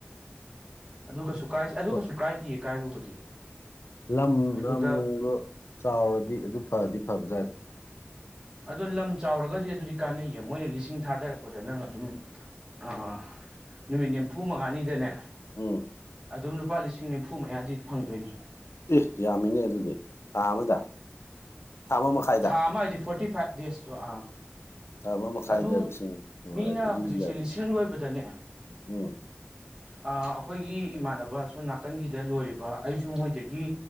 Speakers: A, on the right; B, on the left.
A: ꯑꯗꯨ ꯀꯩꯁꯨ ꯀꯥꯏꯗꯦ ꯑꯗꯨ
B: ꯍꯣꯏ
A: ꯀꯩꯁꯨ ꯀꯥꯏꯗꯦꯌꯦ ꯀꯥꯏꯕꯕꯨꯗꯤ
B: ꯂꯝ
A: ꯑꯗꯨꯗ
B: ꯂꯝ ꯅꯨꯡꯗꯣ ꯆꯥꯎꯔꯗꯤ ꯑꯗꯨ ꯐꯗꯤ ꯐꯕꯖꯅꯤ
A: ꯑꯗꯣ ꯂꯝ ꯆꯥꯎꯔꯒꯗꯤ ꯑꯗꯨꯗꯤ ꯀꯥꯟꯅꯩꯌꯦ ꯃꯣꯏꯅ ꯂꯤꯁꯤꯡ ꯊꯥꯗꯔꯛꯄꯗ ꯅꯪ ꯑꯗꯨꯝ ꯑꯥ ꯅꯨꯃꯤꯠ ꯅꯤꯝꯐꯨ ꯃꯉꯥꯅꯤꯗꯅꯦ
B: ꯑꯝ
A: ꯑꯗꯨꯝ ꯂꯨꯄꯥ ꯂꯤꯁꯤꯡ ꯅꯤꯝꯐꯨ ꯃꯌꯥꯗꯤ ꯐꯪꯗꯣꯏꯅꯤ
B: ꯑꯦ ꯌꯥꯝꯃꯤꯅꯦ ꯑꯗꯨꯗꯤ ꯊꯥ ꯑꯃꯗ ꯊꯥ ꯑꯃ ꯃꯈꯥꯏꯗ
A: ꯊꯥ ꯑꯃ ꯍꯥꯏꯗꯤ ꯐꯣꯔꯇꯤ ꯐꯥꯏꯚ ꯗꯦꯁꯇꯣ ꯑꯥ
B: ꯊꯥ ꯑꯃ ꯃꯈꯥꯏꯗ
A: ꯑꯗꯨ
B: ꯂꯤꯁꯤꯡ
A: ꯃꯤꯅ
B: ꯑꯗꯨꯗꯤ
A: ꯍꯨꯖꯤꯛꯁꯦ
B: ꯌꯥꯕꯅꯤ
A: ꯂꯤꯁꯤꯡ ꯂꯣꯏꯕꯗꯅꯦ
B: ꯎꯝ
A: ꯑꯥ ꯑꯩꯈꯣꯏꯒꯤ ꯏꯃꯥꯟꯅꯕ ꯁꯣꯝ ꯅꯥꯀꯟꯒꯤꯗ ꯂꯣꯏꯔꯤꯕ ꯑꯩꯁꯨ ꯃꯣꯏꯗꯒꯤ